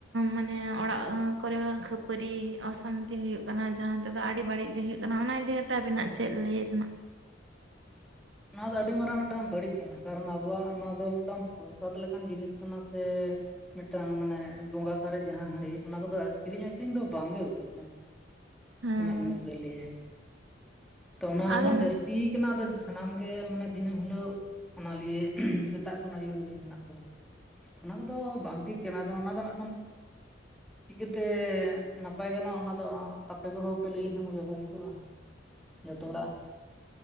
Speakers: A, on the right (about 80°); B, in the centre.
A: ᱢᱟᱱᱮ ᱚᱲᱟᱜ ᱠᱚᱨᱮ ᱠᱷᱟᱹᱯᱟᱹᱨᱤ ᱚᱥᱟᱱᱛᱤ ᱦᱩᱭᱩᱜ ᱠᱟᱱᱟ ᱡᱟᱦᱟᱸ ᱛᱮᱫᱚ ᱟᱹᱰᱤ ᱵᱟᱹᱲᱤᱡ ᱜᱮ ᱦᱩᱭᱩᱜ ᱠᱟᱱᱟ ᱚᱱᱟ ᱤᱫᱤ ᱠᱟᱛᱮ ᱟᱵᱤᱱᱟᱜ ᱪᱮᱫ ᱞᱟᱹᱭ ᱨᱮᱱᱟᱜ
B: ᱱᱚᱣᱟ ᱫᱚ ᱟᱹᱰᱤ ᱢᱟᱨᱟᱝ ᱢᱤᱫᱴᱟᱝ ᱵᱟᱹᱲᱤᱡ ᱠᱟᱱᱟ ᱠᱟᱨᱚᱱ ᱟᱵᱚᱣᱟᱜ ᱱᱚᱣᱟ ᱫᱚ ᱢᱤᱫᱴᱟᱝ ᱯᱨᱚᱥᱟᱫ ᱞᱮᱠᱟᱱ ᱡᱤᱱᱤᱥ ᱠᱟᱱᱟ ᱥᱮ ᱢᱤᱫᱴᱟᱝ ᱢᱟᱱᱮ ᱵᱚᱸᱜᱟ ᱥᱟᱨᱮᱡ ᱡᱟᱦᱟᱸ ᱦᱟᱺᱰᱤ ᱚᱱᱟ ᱠᱚᱫᱚ ᱠᱤᱨᱤᱧ ᱟᱠᱷᱨᱤᱧ ᱫᱚ ᱵᱟᱝᱜᱮ ᱩᱪᱤᱛᱟ
A: ᱦᱮᱸ
B: ᱤᱧᱟᱹᱜ ᱢᱚᱱᱮ ᱛᱮᱫᱚᱭ ᱞᱟᱹᱭᱟ ᱛᱚ ᱚᱱᱟ
A: ᱟᱫᱚ
B: ᱮᱢᱚᱱ ᱡᱟᱹᱥᱛᱤ ᱠᱟᱱᱟ ᱟᱫᱚ ᱥᱟᱱᱟᱢ ᱜᱮ ᱢᱟᱱᱮ ᱫᱤᱱᱟᱹᱢ ᱦᱤᱞᱳᱜ ᱚᱱᱟ ᱞᱤᱭᱮ ᱥᱮᱛᱟᱜ ᱠᱷᱚᱱ ᱟᱭᱭᱩᱵ ᱦᱟᱹᱵᱤᱡ ᱢᱮᱱᱟᱜ ᱠᱚᱣᱟ ᱚᱱᱟ ᱠᱚᱫᱚ ᱵᱟᱝ ᱴᱷᱤᱠ ᱠᱟᱱᱟ ᱟᱫᱚ ᱚᱱᱟ ᱫᱚ ᱱᱟᱜ ᱠᱷᱟᱱ ᱪᱤᱠᱟᱹᱛᱮ ᱱᱟᱯᱟᱭ ᱜᱟᱱᱚᱜᱼᱟ ᱚᱱᱟᱫᱚ ᱟᱯᱮ ᱠᱚᱦᱚᱸ ᱯᱮ ᱞᱟᱹᱭ ᱞᱮᱠᱷᱟᱱ ᱜᱮ‌ ᱵᱷᱟᱹᱜᱮ ᱠᱚᱜᱼᱟ ᱡᱚᱛᱚ ᱦᱚᱲᱟᱜ